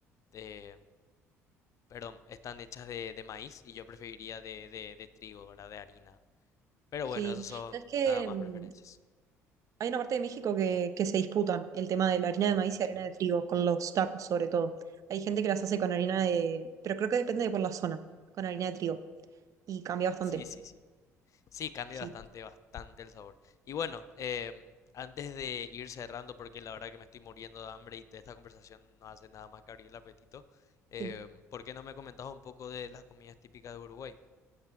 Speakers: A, on the left (about 40°); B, on the right (about 45°).
A: de- perdón, están hechas de, de maíz y yo preferiría de, de, de trigo, ¿verdad? De harina. Pero
B: Sí.
A: bueno, esos son
B: ¿Sabes qué?
A: nada más
B: Mm,
A: preferencias.
B: Hay una parte de México que, que se disputan el tema de la harina de maíz y harina de trigo, con los tacos sobre todo. Hay gente que las hace con harina de, pero creo que depende de por la zona, con harina de trigo. Y cambia bastante.
A: Sí, sí, sí. Sí, cambia
B: Sí.
A: bastante, bastante el sabor. Y bueno, em,
B: sí,
A: antes de ir cerrando, porque la verdad que me estoy muriendo de hambre y te- esta conversación no hace nada más que abrir el apetito, em,
B: sí.
A: ¿por qué no me comentabas un poco de las comidas típicas de Uruguay?